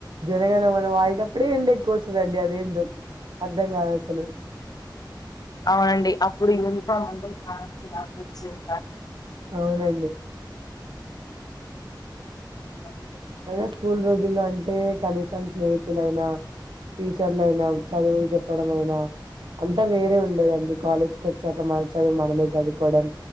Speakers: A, on the right (about 70°); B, on the left (about 50°).
A: జనగణ మన పాడేటప్పుడే ఏండ ఎక్కువ వస్తదండి అదేందో అర్థం కాదు అస్సలు
B: అవునండి అప్పుడు యూనిఫామ్ అంటే చాలా చిరాకు వచ్చేది
A: అవునండి
B: ఇ...
A: అయినా స్కూల్ రోజుల్లో అంటే కనీసం స్నేహితులైనా టీచర్లు అయినా చదువు చెప్పడం అయినా అంతా వేరే ఉండేదండి కాలేజ్కి వచ్చాక మన చదువు మనమే చదువుకోవడం